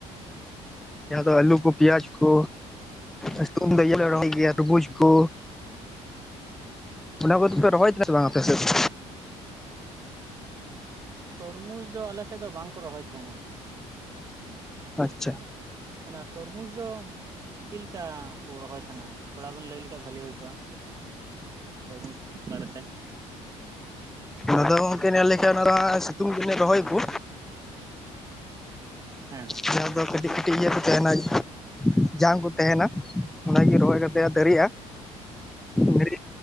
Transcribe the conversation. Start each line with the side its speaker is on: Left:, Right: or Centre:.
Centre: ᱟᱫᱚ ᱟ. ᱞᱩ ᱠᱚ ᱯᱤᱭᱟᱡ ᱠᱚ᱾ ᱟᱨ ᱥᱤᱛᱩᱝ ᱫᱚ ᱤᱭᱟᱹᱞᱮ ᱨᱚᱦᱚᱭ ᱜᱮᱭᱟ ᱛᱩᱵᱩᱡ ᱠᱚ᱾ ᱚᱱᱟ ᱠᱚᱫᱚ ᱯᱮ ᱨᱚᱦᱚᱭ ᱟᱞᱮ ᱫᱚ ᱵᱟᱝ ᱟᱞᱮ ᱥᱮᱫ ᱫᱚ
Right: ᱚ ᱛᱚᱨᱢᱩᱡᱽ ᱫᱚ ᱟᱞᱮ ᱥᱮᱫ ᱫᱚ ᱵᱟᱝᱠᱚ ᱨᱚᱦᱚᱭ ᱛᱟᱦᱮᱱᱟ᱾
Centre: ᱟᱪᱪᱷᱟ
Right: ᱚᱱᱟ ᱛᱚᱨᱢᱩᱡᱽ ᱫᱚ ᱪᱮᱫ ᱞᱮᱠᱟ ᱠᱚ ᱨᱚᱦᱚᱭ ᱛᱟᱦᱮᱱᱟ? ᱛᱷᱚᱲᱟ ᱵᱮᱱ ᱞᱟᱹᱭ ᱞᱮᱠᱷᱟᱱᱡ ᱵᱷᱷᱟᱞᱤ ᱦᱩᱭ ᱠᱚᱜᱼᱟ᱾ ᱛᱨᱢᱩᱡᱽ ᱵᱟᱨᱮᱛᱮ᱾
Centre: ᱟᱫᱚ ᱜᱚᱝᱠᱮ ᱧᱮᱞ ᱞᱮᱠᱷᱟᱱ ᱚᱱᱟ ᱫᱚ ᱦᱟᱸᱜ ᱥᱤᱛᱩᱝ ᱫᱤᱱ ᱨᱚᱦᱚᱭᱟᱠᱚ᱾
Right: ᱦᱮᱸ᱾
Centre: ᱡᱟᱦᱟᱸ ᱫᱚ ᱠᱟᱹᱴᱤᱡ ᱠᱟᱹᱴᱤᱡ ᱤᱭᱟᱹ ᱠᱚ ᱛᱟᱦᱮᱱᱟ ᱡᱟᱝ ᱠᱚ ᱛᱟᱦᱮᱱᱟ᱾ ᱚᱱᱟᱜᱮ ᱨᱚᱦᱚᱭ ᱠᱟᱛᱮ ᱫᱟᱨᱜᱼᱟ ᱫᱟᱨᱤᱭᱭ